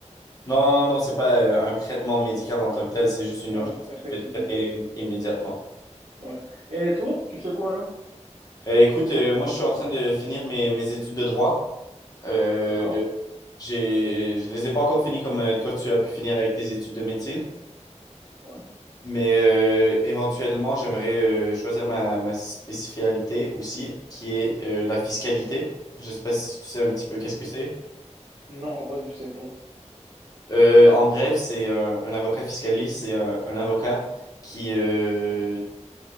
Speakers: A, on the left; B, on the right.
A: non, non, non, c'est pas euh, un traitement médical en tant que tel, c'est juste une
B: Ouais,
A: urgence
B: effectivement.
A: qui doit être traitée im- immédiatement.
B: Ouais. Et toi, tu fais quoi alors?
A: Euh, écoute, euh, moi je suis en train de finir mes, mes études de droit. Euh,
B: D'accord.
A: j'ai, je les ai pas encore finies comme euh, toi tu as pu finir avec tes études de médecine,
B: Ouais.
A: mais euh, éventuellement j'aimerais euh, choisir ma, ma spécialité aussi, qui est euh, la fiscalité. Je sais pas si tu sais un petit peu qu'est-ce que c'est.
B: Non, en vrai, je sais pas.
A: Euh, en bref, c'est un, un avocat fiscaliste, c'est un, un avocat qui euh,